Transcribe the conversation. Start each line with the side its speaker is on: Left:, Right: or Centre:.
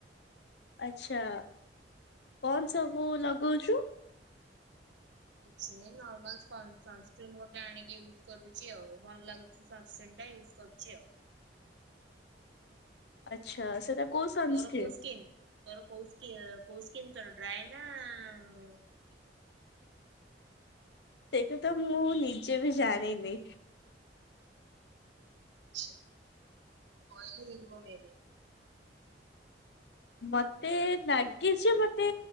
Left: ଆଛା। କଣ
Right: ହୁଁ
Left: ସବୁ ଲଗଉଛୁ?
Right: କିଛି ନାହିଁ ନର୍ମାଲ ସନକ୍ରନ୍ ଗୋଟେ ଆଣିକି ୟୁଜ କରୁଛି ଆଉ ଭଲ ଲାଗୁଛି ସନ୍ସ୍କିରିନ୍ ଟା ୟୁଜ କରୁଛି ଆଉ।
Left: ଆଚ୍ଛା ସେଟା କୋଉ ସନସ୍କ୍ରିନ୍?
Right: ତୋର କୋସ୍କିିନ ତୋର କକ କଉସ୍କିିନ ତୋର ଡ୍ରାଏ ନା ନା <unintelligible>
Left: ସେଇଟା ତ ମୁଁ ନିଜେ ବି ଜାଣିନି
Right: ଆଛାଲି ହିୁ ମ ବି <unintelligible>
Left: ମତେ ଲାଗେ ଯେ ମତେ